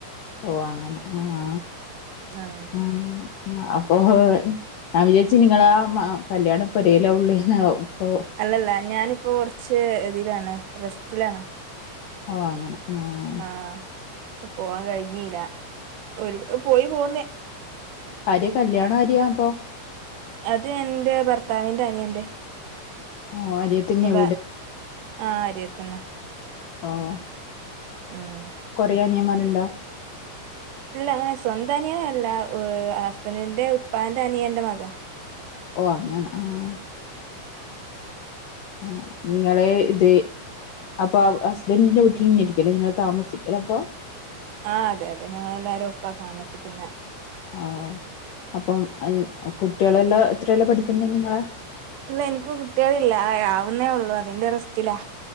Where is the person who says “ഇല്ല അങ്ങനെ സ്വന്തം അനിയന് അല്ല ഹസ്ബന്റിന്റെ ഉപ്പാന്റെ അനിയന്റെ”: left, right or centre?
Right